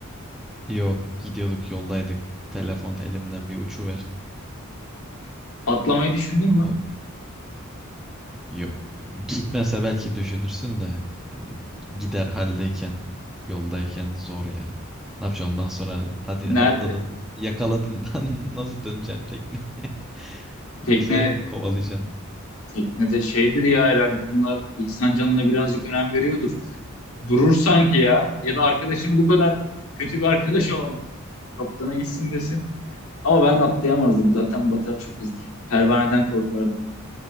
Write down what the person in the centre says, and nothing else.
Yok gidiyorduk yoldaydık. Telefon elimden bir uçuver.
O
da yok. Gitmese belki düşünürsün de e, gider haldeyken yoldayken zor ya. Ne yapacaksın ondan sonra hadi
atladın yakaladın <laughs> Lan nasıl döneceksin tekneye? <laughs>
Yüzerek mi kovalayacaksın?